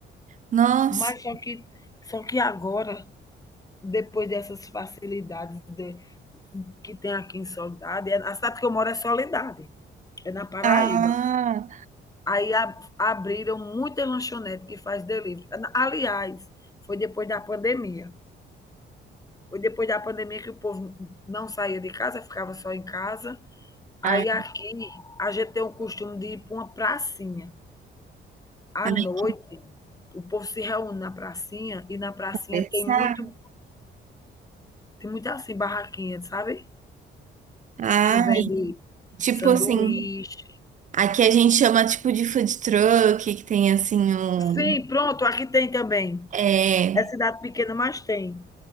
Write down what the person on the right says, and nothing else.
nossa,
ah,
ai,
ai,
essa,
ai,
tipo
assim, aqui a gente chama tipo de food truck, que tem assim um,
é,